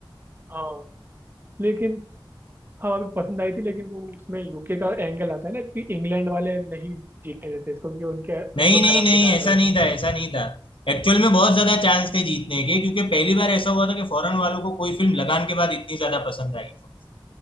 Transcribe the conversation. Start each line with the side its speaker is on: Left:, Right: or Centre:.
Right: हाँ लेकिन हाँ अभी पसंद आई थी लेकिन वो उसमें यूके का एंगल आता है ना कि इंग्लैंड वाले नहीं जीतने देते इसको क्योंकि उनके
Left: नहीं
Right: उनको
Left: नहीं
Right: खराब
Left: नहीं
Right: दिखाया
Left: ऐसा
Right: था उसमें
Left: नहीं था ऐसा नहीं था एक्चुअल में बहुत ज्यादा चांस थे जीतने के क्योंकि पहली बार ऐसा हुआ था कि फॉरेन वालों को कोई फिल्म लगान के बाद इतनी ज्यादा पसंद आई हो